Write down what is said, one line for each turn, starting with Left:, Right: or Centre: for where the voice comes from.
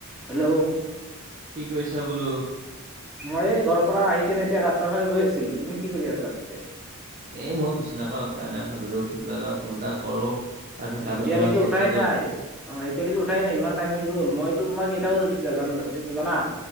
Centre: হেল্লো'।
Right: কি কৈছা বোলো।
Centre: মই এই ঘৰৰ পৰা আহি কেনে এতিয়া ৰাস্তাৰ ফালে গৈ আছিলো তুমি কি কৰি আছা পিছে।
Right: এ মই বিচনাৰ পৰা উঠাই নাই ভাবিলো উঠি পেলাই তাপা ফোন এটা কৰো। আজি
Centre: অ
Right: কাম
Centre: এতিয়ালৈকে
Right: কেইটামান আছে সেইকেইটা
Centre: উঠাই
Right: কৰি
Centre: নাই অ এতিয়ালৈকে উঠাই নাই ইমান টাইম হৈ গ'ল মই। তোমাৰ কেইটা বজাত উঠিছা জান উঠিছে জানা